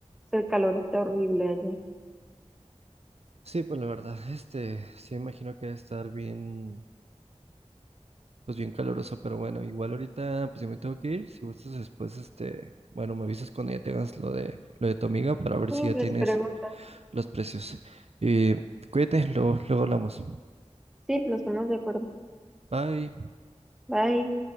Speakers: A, in the centre; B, on the right.
A: el calor está horrible allá.
B: Sí, pues la verdad, este, sí me imagino que debe estar bien, pues bien caluroso, pero bueno, igual ahorita, pues yo me tengo que ir. Si gustas después, este, bueno, me avisas cuando ya tengas lo de lo de tu amiga para ver
A: Sí,
B: si ya tienes
A: les pregunto.
B: los precios. Eh, cuídate, luego, luego hablamos.
A: Sí, nos ponemos de acuerdo.
B: Bye.
A: Bye.